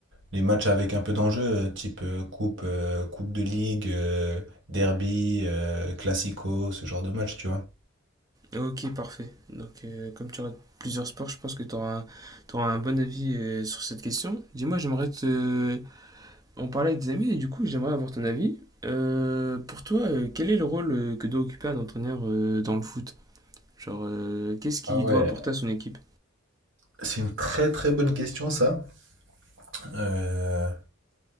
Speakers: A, on the right (about 60°); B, on the right (about 15°).
A: les matchs avec un peu d'enjeu, euh, type euh, coupe, euh, coupe de ligue, euh, derby, euh, classico, ce genre de match, tu vois.
B: Ok, parfait. Donc, euh, comme tu regardes plusieurs sports, je pense que tu auras, un bon avis euh, sur cette question. Dis-moi, j'aimerais te... en parler avec des amis et du coup, j'aimerais avoir ton avis. Euh, pour toi, euh, quel est le rôle euh, que doit occuper un entraîneur euh, dans le foot? Genre, euh, qu'est-ce qu'il
A: Ah ouais,
B: doit apporter à son équipe?
A: c'est une très très bonne question ça. Euh,